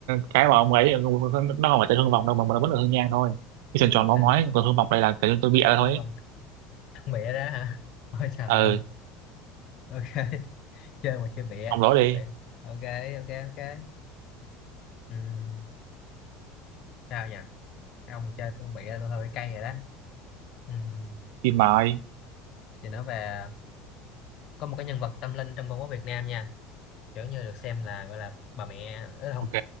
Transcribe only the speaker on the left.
là
hương
vòng <laughs> mẹ ra hả ôi trời
ơi ok <laughs> chơi mà chơi bịa
bịa ok ok ok Ừm, sao nhỉ Cái ông chơi con bịa tôi hơi cay rồi đó Ừm,
thì nói về có một cái nhân vật tâm linh trong Vương quốc Việt Nam nha kiểu như được xem là gọi là bà mẹ ấy không